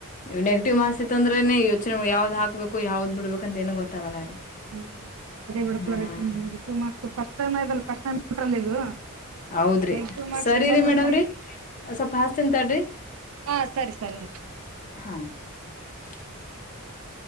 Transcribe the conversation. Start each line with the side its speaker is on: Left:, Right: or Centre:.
Left: ಇವು ನೆಗೆಟಿವ್ ಮಾರ್ಕ್ಸ್ ಇತ್ತಂದ್ರೆನೇ ಯೋಚನೆ ಯಾವ್ದ್ ಹಾಕ್ಬೇಕು ಯಾವ್ದ್ ಬಿಡ್ಬೇಕು ಅಂತ ಏನು ಗೊತ್ತಾಗಲ್ಲ ರೀ.
Right: <unintelligible>
Left: ಹ್ಮ್ ಹೌದ್ರಿ
Right: ನೆಗೆಟಿವ್ ಮಾರ್ಕ್ಸ್
Left: ಸರಿ
Right: ಇರ್ಬಾರ್ದಂತ
Left: ರೀ ಮೇಡಮ್ ರೀ. ಸ್ವಲ್ಪ ಹಸ್ತೀನ್ ತಡ್ರಿ
Right: ಹಾ ಸರಿ ಸರಿ
Left: ಹಾ. <inaudible>